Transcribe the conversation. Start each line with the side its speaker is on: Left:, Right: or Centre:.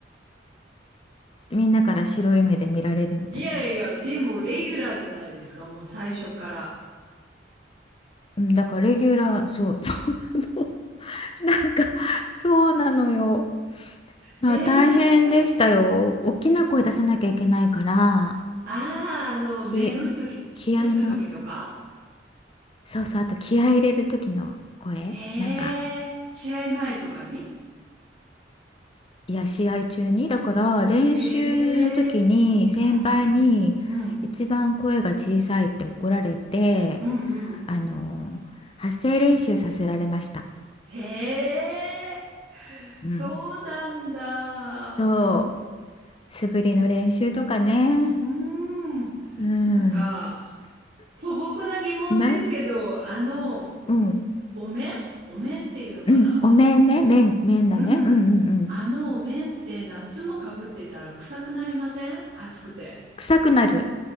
Left: みんなから白い目で見られるみたいな。
Right: いやいや、でもレギュラーじゃないですか、もう最初から。
Left: うん、だからレギュラー、そう、<laughs> そうなの。<laughs> なんか、そうなのよ。まあ大変でしたよ。
Right: へえ。
Left: 大きな声出さなきゃいけないから、
Right: ああ、あの、目打つき、
Left: き、気合の、
Right: 打つ時とか
Left: そうそう、あと気合い入れる時の声、
Right: へえ、
Left: なんか、
Right: 試合前とかに
Left: いや、試合中に、だから練習の時に先輩に一番声が小さいって怒られて、
Right: へえ、うんうん、うん、うんうん。
Left: あの、発声練習させられました。
Right: へえ、
Left: うん。
Right: そうなんだ。
Left: そう、素振りの練習とかね。
Right: うん、
Left: うん。
Right: なんか、素朴な疑問ですけど、
Left: な、
Right: あの、
Left: うん。
Right: お面お面っていうのかな
Left: うん。お面ね。面、面だね。
Right: うん。
Left: うんうんうん。
Right: あのお面って夏もかぶってたら臭くなりません暑くて。
Left: 臭くなる。